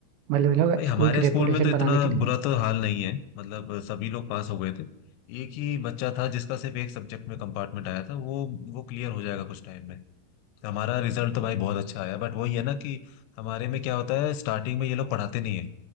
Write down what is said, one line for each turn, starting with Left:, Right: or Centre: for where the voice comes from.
Right: मतलब ये लोग
Left: भाई हमारे
Right: स्कूल की रेपुटेशन
Left: स्कूल में तो इतना
Right: बनाने के लिए
Left: बुरा
Right: ना
Left: तो हाल नहीं है मतलब सभी लोग पास हो गए थे एक ही बच्चा था जिसका सिर्फ एक सब्जेक्ट में कंपार्टमेंट आया था वो वो क्लियर हो जाएगा कुछ टाइम में हमारा रिजल्ट तो भाई बहुत अच्छा आया बट वही है ना कि हमारे में क्या होता है स्टार्टिंग में ये लोग पढ़ाते नहीं है